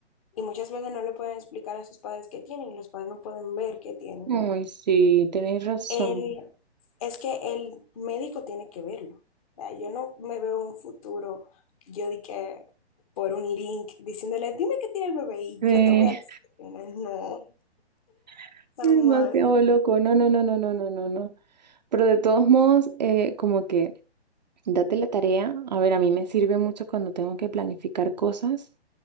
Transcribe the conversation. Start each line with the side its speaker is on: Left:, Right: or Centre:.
Left: y muchas veces no le pueden explicar a sus padres qué tienen, y los padres no pueden ver qué tienen.
Right: Ay, sí, tenéis razón.
Left: Él, es que el médico tiene que verlo. O sea, yo no me veo en un futuro, yo di que por un link diciéndole, dime qué tiene el bebé y
Right: Sí,
Left: yo te voy a decir. <laughs> qué tiene". No,
Right: <laughs>
Left: jamás.
Right: demasiado loco. No, no, no, no, no, no, no, no. Pero de todos modos, eh, como que date la tarea. A ver, a mí me sirve mucho cuando tengo que planificar cosas.